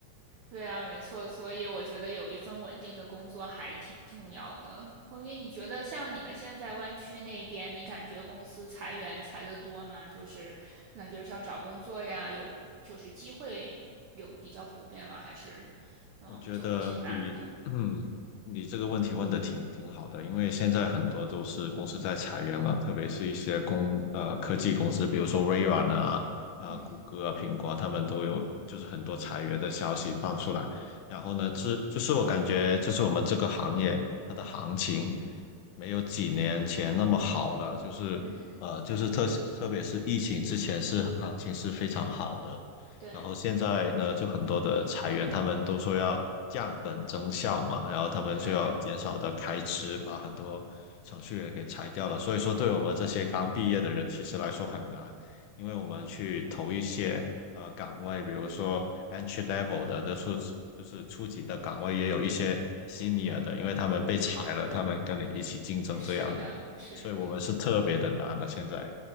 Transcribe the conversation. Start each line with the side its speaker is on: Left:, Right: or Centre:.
Right: 对啊，没错，所以我觉得有一份稳定的工作还挺重要的。所以你觉得像你们现在湾区那边，你感觉公司裁员裁的多吗？就是感觉像找工作呀，有就是机会有比较普遍吗？还是嗯，
Left: 我觉得比，
Right: 就挺难的？
Left: 嗯，你这个问题问的挺挺好的，因为现在很多都是公司在裁员嘛，特别是一些公呃科技公司，比如说微软啊、啊、
Right: 嗯
Left: 谷歌啊、苹果啊，他们都有就是很多裁员的消息放出来。然后呢，这就是我感觉就是我们这个行业它的行情没有几年前那么好了，就是呃就是特特别是疫情之前是行情是非常好的。
Right: 嗯，对
Left: 然后现在呢，就很多的裁员，他们都说要降本增效嘛，然后他们就要减少的开支，
Right: 对，
Left: 把很多程序员给裁掉了。所以说，对我们这些刚毕业的人，其实来说很难，因为我们去投一些呃岗位，比如说 entry level 的，就是就是初级的岗位，也有一些 senior 的，因为他们被裁了，他们跟你一起竞争这样子，
Right: 是的，是。
Left: 所以我们是特别的难的现在。